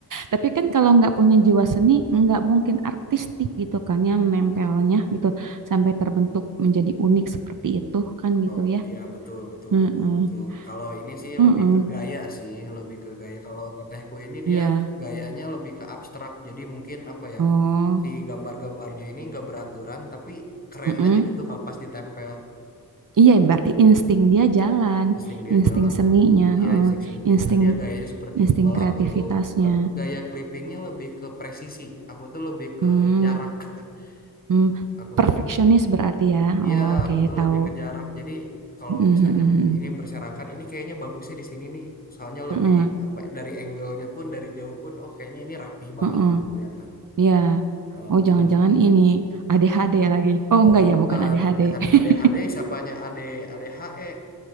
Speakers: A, on the right; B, on the left.
A: tapi kan kalau nggak punya jiwa seni, nggak mungkin artistik gitu kan yang menempelnya gitu sampai terbentuk menjadi unik seperti itu kan gitu
B: Oh
A: ya.
B: iya betul betul
A: Mm-mm,
B: betul betul. Kalau ini sih
A: mm-mm,
B: lebih ke gaya sih, lebih ke gaya. Kalau tetehku ini dia
A: Iya.
B: gayanya lebih ke abstrak. Jadi mungkin apa ya
A: Oh,
B: si gambar-gambarnya ini nggak beraturan tapi keren
A: mm-mm.
B: aja gitu kalau pas ditempel.
A: Iya, berarti insting dia jalan,
B: Insting dia
A: insting
B: jalan.
A: seninya,
B: Iya
A: heeh,
B: insting seninya
A: insting
B: jalan. Dia gayanya seperti
A: insting
B: itu. Kalau
A: kreativitasnya.
B: aku tuh le- gaya clippingnya lebih ke presisi. Aku tuh lebih ke
A: Hmm,
B: jarak. <laughs>
A: hmm.
B: Aku
A: Perfeksionis
B: tuh lebih
A: berarti ya.
B: Iya,
A: Oh, oke,
B: aku tuh
A: tahu.
B: lebih ke jarak. Jadi kalau
A: Mhm,
B: misalnya
A: mhm,
B: ini berserakan, ini kayaknya bagusnya di sini nih. Soalnya
A: mhm.
B: lebih apa dari angle-nya pun dari jauh pun, oh kayaknya ini rapih banget
A: Heeh, heeh.
B: gitu kelihatannya.
A: Iya.
B: Kalau aku
A: Oh, jangan-jangan
B: pun,
A: ini ADHD lagi. Oh,
B: oh
A: enggak
B: bukan
A: ya, bukan ADHD.
B: ADHD,
A: <laughs>
B: ADHD siapanya AD ADHE,